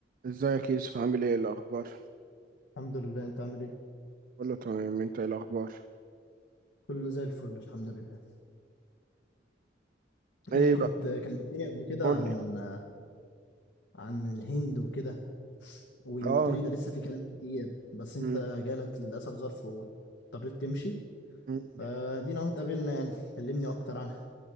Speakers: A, on the right; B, on the left.
A: ازيك يا يوسف عامل ايه الاخبار
B: الحمد لله انت عامل ايه
A: كله تمام انت ايه الاخبار
B: كله زي الفل الحمد لله
A: ايه
B: ايه كنت
A: بقى
B: كلمتني قبل كده
A: قول
B: عن
A: لي
B: عن الهند وكده وقلت
A: اه
B: لي ده لسه في كلام كتير بس انت
A: م-
B: جالك للاسف ظرف واضطريت تمشي
A: م.
B: فدينا اهو اتقابلنا يعني كلمني اكتر عنها